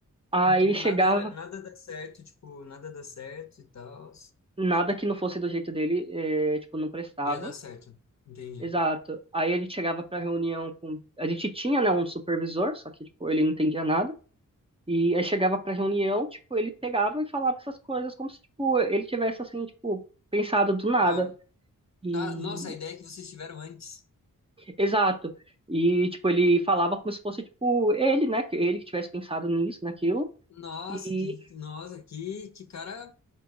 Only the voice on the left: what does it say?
E, tipo,
nada era, nada dá certo, tipo, nada dá certo e tal.
Ia dar certo. Entendi.
Ah,
ah, nossa, a ideia é que vocês tiveram antes.
Nossa,
que, nossa, que, que cara